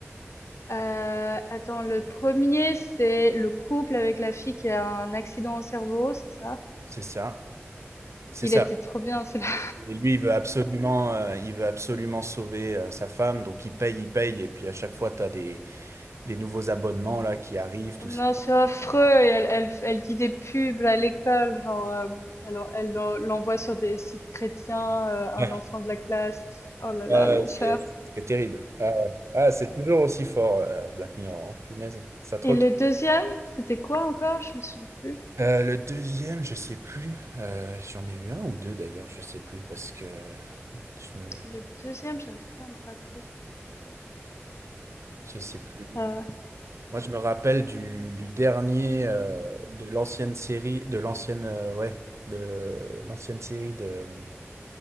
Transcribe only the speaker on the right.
C'est ça. C'est
ça.
Et lui, il veut absolument, euh, il veut absolument sauver euh, sa femme, donc il paye, il paye, et puis à chaque fois, tu as des, des nouveaux abonnements là qui arrivent, tout
ça.
Ouais.
Ah ouais,
c'est c'est terrible. Ah, ouais. Ah, c'est toujours aussi fort, euh, Black Mirror, hein. Punaise, ça te
retourne.
Euh, le deuxième, je sais plus. Euh, j'en ai vu un ou deux d'ailleurs, je sais plus parce que je me,
je sais plus.
Moi, je me rappelle du, du dernier euh, de l'ancienne série, de l'ancienne, euh, ouais, de l'ancienne série de